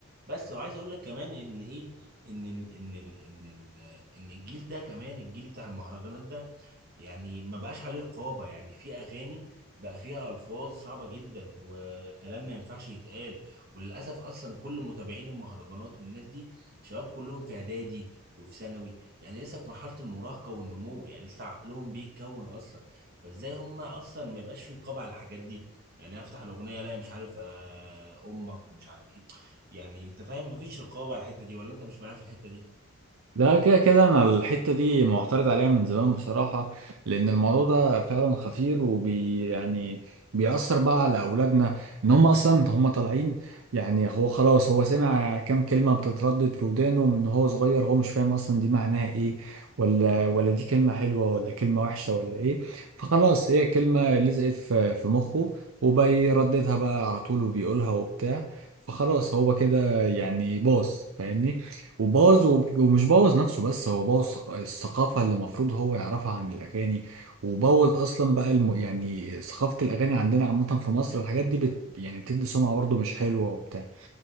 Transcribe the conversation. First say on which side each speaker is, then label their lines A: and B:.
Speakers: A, on the right; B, on the right.
A: بس وعايز اقول لك كمان ان ايه ان ال- ان ال ان ال ان الجيل ده كمان الجيل بتاع المهرجانات ده يعني ما بقاش عليه رقابة يعني في اغاني بقى فيها الفاظ صعبة جدا وكلام ما ينفعش يتقال وللاسف اصلا كل متابعين المهرجانات والناس دي شباب كلهم في اعدادي وفي ثانوي يعني لسه في مرحلة المراهقة والنمو يعني لسه عقلهم بيتكون اصلا فازاي هم اصلا ما يبقاش في رقابة على الحاجات دي يعني أنا افتح الاغنيه الاقي مش عارف آه، امك ومش عارف ايه يعني انت فاهم مفيش رقابه على الحته دي ولا انت مش معايا في الحته دي
B: ده كده كده انا الحته دي معترض عليها من زمان بصراحه لان الموضوع ده فعلا خطير وبي يعني بيأثر بقى على اولادنا ان هم اصلا هم طالعين يعني هو خلاص هو سمع كام كلمه بتتردد في ودانه من هو صغير هو مش فاهم اصلا دي معناها ايه ولا ولا دي كلمه حلوه ولا كلمه وحشه ولا ايه فخلاص هي كلمه لزقت في في مخه وبيرددها بقى على طول وبيقولها وبتاع فخلاص هو كده يعني باظ فاهمني وبوظ وب- ومش بوظ نفسه بس هو بوظ ثق- الثقافة اللي المفروض هو يعرفها عن الأغاني وبوظ أصلا بقى الم... يعني ثقافة الأغاني عندنا عامة في مصر الحاجات دي بت... يعني بتدي سمعة برضه مش حلوة وبتاع